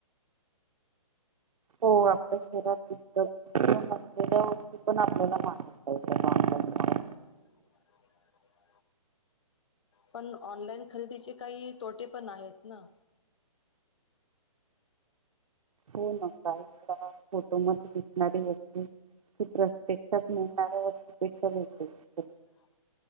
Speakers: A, on the right; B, on the left.
A: हो आपल्या शहरात उतर असलेलं ओझ, ते पण आपल्याला माहित हाय ते ऑनलाईन. मुळे.
B: <inaudible> पण ऑनलाईन खरेदीचे काही तोटे पण आहेत ना.
A: हो ना काय करायचं, हो दिसणारी वस्तू ही प्रत्यक्षात मिळणाऱ्या वस्तूपेक्षा वेगळी असते.
B: ह ह